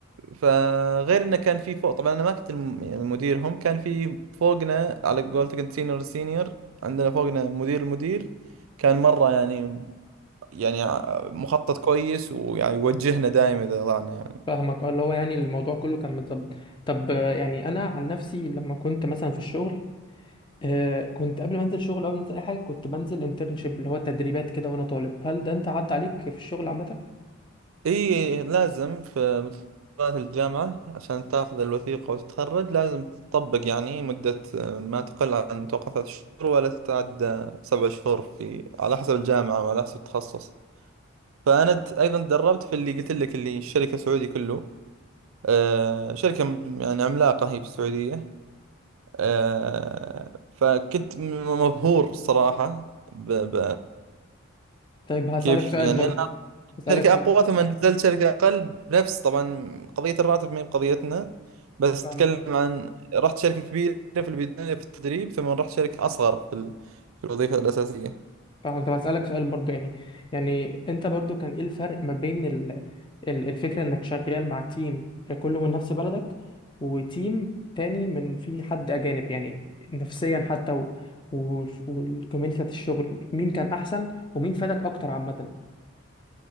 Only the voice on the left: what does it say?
فاهمك اه اللي هو يعني الموضوع كله كان متظبط طب آه، يعني انا عن نفسي لما كنت مثلا في الشغل آه، كنت قبل ما انزل شغل قبل ما انزل اي حاجة كنت بنزل انترنشيب اللي هو تدريبات كده وانا طالب هل ده انت عدى عليك في الشغل عامة
طيب هسألك
سؤال
برضه هسألك
سؤال
فاهمك طب هسألك سؤال برضو يعني يعني انت برضو كان ايه الفرق ما بين ال... ال- الفكرة انك شغال مع تيم كله من نفس بلدك وتيم تاني من في حد اجانب يعني نفسيا حتى و... و... والكوميونتي بتاعت الشغل مين كان احسن ومين فادك اكتر عامة